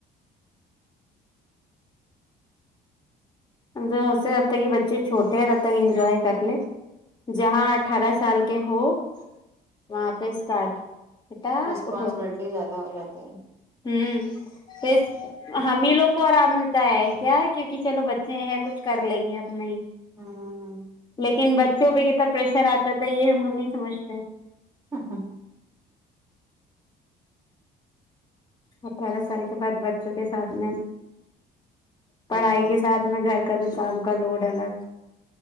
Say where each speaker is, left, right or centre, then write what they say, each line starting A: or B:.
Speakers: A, on the left; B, on the right.
A: جو سے جب تک یہ بچے چھوٹے ہیں تب تک انجوائے کر لے جہاں اٹھارہ سال کے ہو وہاں پہ اسٹارٹ بیٹا
B: رسپانسبلٹی
A: اٹھو
B: زیادہ ہو جاتے ہیں
A: ہوں پھر ہم ہی لوگ کو آرام ملتا ہے کیا کیونکہ چلو بچے ہیں کچھ کر لیں گے اپنا ہی
B: ہاں
A: لیکن بچوں پے کتنا پریشر آتا تھا یہ ہم لوگ نہیں سمجھتے
B: <unintelligible>
A: اٹھارہ سال کے بعد بچوں کے ساتھ میں پڑھائی
B: جی
A: کے ساتھ گھر کا بھی کام کا لوڈ الگ